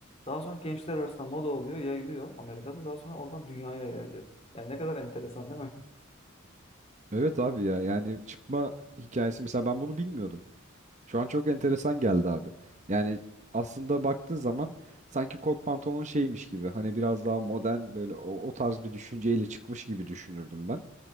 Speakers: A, on the left (about 30°); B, on the right (about 35°).
A: Daha sonra gençler arasında moda oluyor, yayılıyor Amerika'da. Daha sonra oradan dünyaya yayılıyor. Yani ne kadar enteresan değil mi?
B: Evet abi ya yani çıkma hikayesi mesela ben bunu bilmiyordum. Şu an çok enteresan geldi abi. Yani aslında baktığın zaman sanki kot pantolon şeymiş gibi hani biraz daha modern böyle o, o tarz bir düşünceyle çıkmış gibi düşünürdüm ben